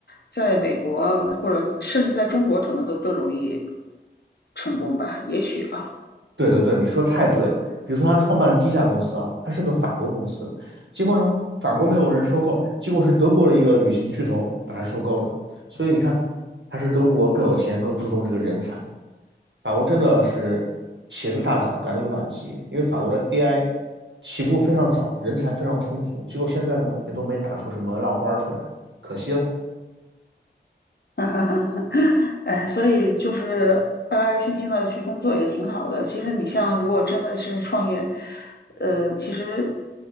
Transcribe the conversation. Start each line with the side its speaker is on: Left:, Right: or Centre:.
Left: 在美国或者甚至在中国，可能都更容易成功吧，也许啊。
Right: 对的对，你说太对了。比如说他创办了第一家公司啊，他是个法国公司，结果呢，法国没有人收购，结果是德国的一个旅行巨头把他收购了。所以你看，还是德国更有钱，更注重这个人才。法国真的是起了个大早，赶了个晚集，因为法国的 AI 起步非常早，人才非常充足，结果现在呢也都没打出什么浪花出来，可惜了。
Left: <laughs> 哈哈哈，<laughs> 哎，所以就是安安心心的去工作也挺好的。其实你像如果真的是创业，呃，其实